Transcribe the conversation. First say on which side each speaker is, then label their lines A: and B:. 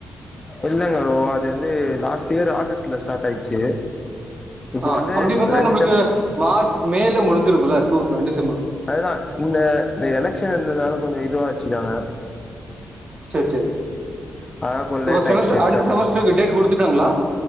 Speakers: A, on the left; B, on the right.
A: இல்லைங் ப்ரோ அது வந்து லாஸ்ட் இயர் ஆகஸ்ட்ல ஸ்டாட் ஆயிச்சு இப்போ
B: ஆ
A: வந்து
B: அப்படி பாத்தா
A: ரெண்டு
B: நம்மளுக்கு
A: செம்
B: மார்ச் மேல முடிஞ்சிருக்குல்ல டூ ரெண்டு
A: அதுதா இந்த எலக்ஷன் இருந்ததுனால கொஞ்ச இதுவா வச்சிட்டாங்க
B: சரி, சரி.
A: அதால கொஞ்ச
B: இப்போ
A: லேட்
B: செமஸ்டர்
A: ஆயிச்சு எக்ஸாம்ஸு
B: அடுத்த செமஸ்டருக்கு டேட் குடுத்துட்டாங்களா?